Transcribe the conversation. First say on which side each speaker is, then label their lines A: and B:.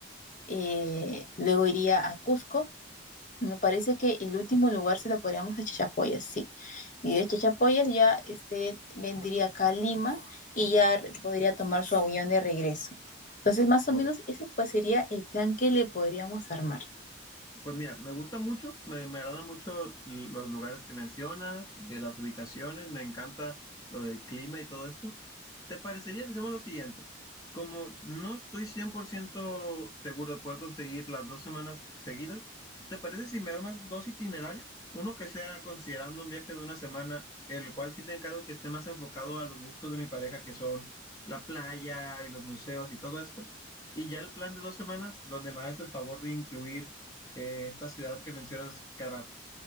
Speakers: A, on the left; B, on the left.
A: eh, luego iría a Cusco me parece que el último lugar se lo podríamos a Chachapoyas, sí. Y de Chachapoyas ya este vendría acá a Lima y ya re- podría tomar su avión de regreso. Entonces, más o
B: Oh,
A: menos ese pues sería el plan que le podríamos armar.
B: Pues mira, me gusta mucho, me, me agrada mucho l- los lugares que mencionas, eh, las ubicaciones, me encanta lo del clima y todo esto. ¿Te parecería que hacemos lo siguiente? Como no estoy 100% seguro de poder conseguir las dos semanas seguidas, ¿te parece si me armas dos itinerarios? Uno que sea considerando un viaje de una semana, el cual sí te encargo que esté más enfocado a los gustos de mi pareja, que son la playa y los museos y todo esto. Y ya el plan de dos semanas, donde me hagas el favor de incluir eh, esta ciudad que mencionas, cara,